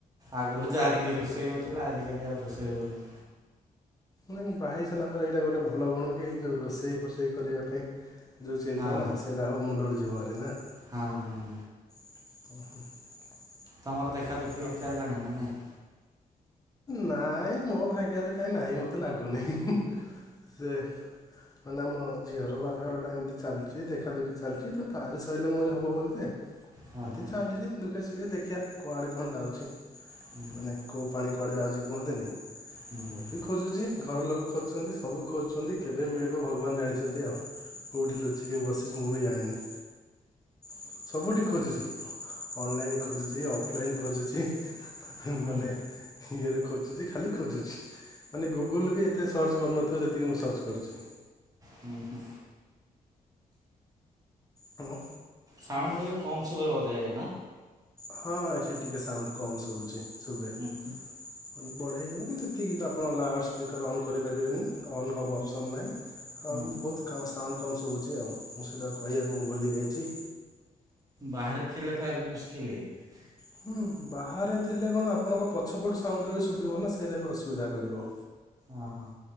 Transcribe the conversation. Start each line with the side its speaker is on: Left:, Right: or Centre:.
Right: ଆଗରୁ ଯାହା ଟିକେ ରୋଷେଇ ହଉଥିଲା ଆଜିିକାଲି ଆଉ ରୋଷେଇ ହଉନି।
Left: ନା ବାହା ସାରିଲା ପରେ ଏଇଟା ଗୋଟେ ଭଲ ଗୁଣ କି ଏଇ ଯୋଉ ରୋଷେଇ ଫୋଷେଇ କରିବା ପାଇଁ ଯୋଉ ଚିନ୍ତା
Right: ହଁ
Left: ନା ସେଇ ରାହୁ ମୁଣ୍ଡରୁ <unintelligible> ନା
Right: ହଁ ହଁ।
Left: <unintelligible>
Right: ତମର ଦେଖା ଦୁଃଖି
Left: ଆପ୍
Right: ଚାଲିଲାଣି ନା ନାଇଁ।
Left: ନାଇଁ ମୋ ଭାଗ୍ୟରେ କାହିଁ ନାହିଁ ମତେ ଲାଗୁନି ସେ ମାନେ ମୋ ଝିଅର ବାହାଘର ଟା ଏମିତି ଚାଲିଛି ଦେଖାଦୁଖି ଚାଲିଛି ତ ତାର ସରିଲେ ମୋରି ହବ ବୋଧେ।
Right: ହଁ
Left: ଏମିତି
Right: ହଁ
Left: ଚାଲିଛି ଦୁଃଖେ ସୁଖେ ଦେଖ ଦେଖିଆ କୁଆଡେ କଣ ଯାଉଛି।
Right: ହୁଁ
Left: ମାନେ କ କଆଡେ ଯାଉଛି କୁହନ୍ତିନି। ମୁଁ
Right: ହୁଁ ହୁଁ
Left: ବି ଖୋଜୁଛି ଘର ଲୋକ ଖୋଜୁଛନ୍ତି ସବୁ ଖୋଜୁଛନ୍ତି କେବେ ମିଳିବ ଭଗବାନ ଜାଣିଛନ୍ତି ଆଉ। କୋଉଠି ଲୁଚିକି ବସିଛି ମୁଁ ବି ଜାଣିନି। ସବୁଠି ଖୋଜୁଛି ଅନଲାଇନ ଖୋଜୁଛି ଅଫଲାଇନ ଖୋଜୁଛି।
Right: ହୁଁ
Left: ମାନେ ଇଏରେଖ ଖାଲି ଖୋଜୁଛି ମାନେ ଗୁଗୁଲ ବି ଏତେ ସର୍ଚ୍ଚ କରୁନଥିବ ତ ଯେତିକି ମୁଁ ସର୍ଚ୍ଚ କରୁଛି।
Right: ହୁଁ ହୁଁ
Left: ହ୍ୟାଲୋ।
Right: ସାଉଣ୍ଡ ଟିକେ କମ ସୁୁବେ ବୋଧେ ନା।
Left: ହଁ ଏଠି ଟିକେ ସାଉଣ୍ଡ କମ୍ ଶୁଭୁଛି। ଶୁଭେ
Right: ହୁଁ ହୁଁ।
Left: ମାନେ ବଢଢେଇ ହେଇଯିବ କିନ୍ତୁ ଏତିକି ତ ଆପଣ ଲାଉଡ଼୍ ସ୍ପିକର୍ ଅନ୍ କରିପାରିବେନି ଅନ୍ ହେବା
Right: ହୁଁ
Left: ଅପସନ୍ ନାହିଁ
Right: ହୁଁ।
Left: ଆଉ ଏମିତି ବହୁତ ସାଉଣ୍ଡ କମ୍ ଶୁଭୁଛି ଆଉ ମୁଁ ସେଇଟା କହିବାକୁ ମୁଁ ଭୁଲି ଯାଇଛି।
Right: ବାହାରେ ଥିଲେ ତାହେଲେ ମୁସ୍କିଲ ଏ-
Left: ହୁଁ ବାହାରେ ଥିଲେ କଣ ଆପଣଙ୍କ ପଛପଟୁ ସାଉଣ୍ଡ ବି ଶୁଭିବ ନା ସେଇଟା ବି ଅସୁବିଧା କରିବ।
Right: ଓ ହୋ।